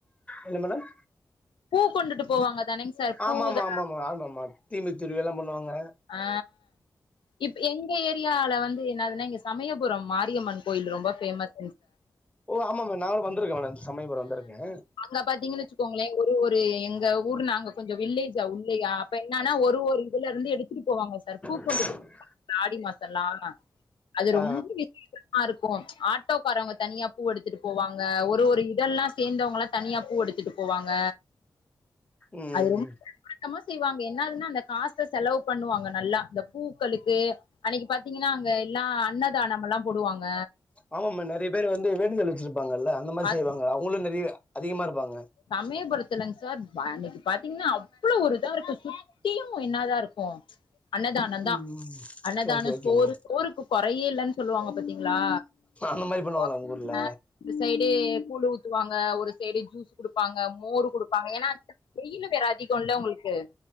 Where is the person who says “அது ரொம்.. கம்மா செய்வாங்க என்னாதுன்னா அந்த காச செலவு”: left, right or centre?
Left